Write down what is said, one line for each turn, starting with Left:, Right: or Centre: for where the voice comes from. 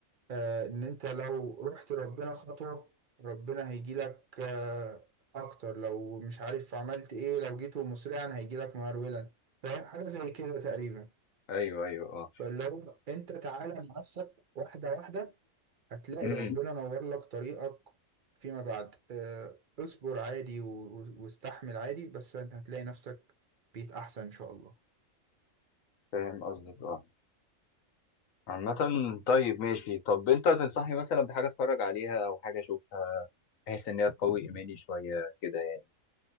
Right: آه، ان انت لو رحت ربنا خطوة ربنا هيجيلك آه، اكتر لو مش عارف عملت ايه لو جيت مسرعا هيجيلك مهرولا فاهم حاجة زي كده تقريبا
Left: ايوه ايوه اه
Right: فلو انت تعالى مع نفسك واحدة واحدة هتلاقي
Left: امم
Right: ربنا نور لك طريقك فيما بعد اه، اصبر عادي و- واستحمل عادي بس انت هتلاقي نفسك بيت احسن ان شاء الله
Left: فاهم قصدك اه عامة طيب ماشي طب انت تنصحني مثلا بحاجة اتفرج عليها او حاجة اشوفها بحيث ان هي تقوي ايماني شوية كده يعني